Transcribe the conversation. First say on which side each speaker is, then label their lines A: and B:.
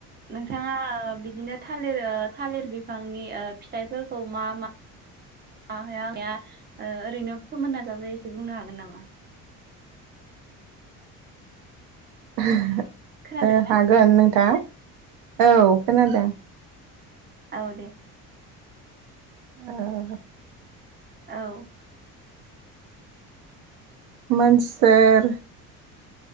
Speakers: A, on the right; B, on the right.
A: नोंथाङा था ओ बिदिनो थालिर ओ थालिर बिफांनि ओ फिथाइफोरखौ मा मा मायाहा जाया ओ ओरैनो फोमोनना जाजायो एसे बुंनो हागोन नामा?
B: <unintelligible>
A: खोनादोंना?
B: ओ हागोन नोंथां। औ खोनादों।
A: औ दे।
B: ओ
A: औ।
B: मोनसोर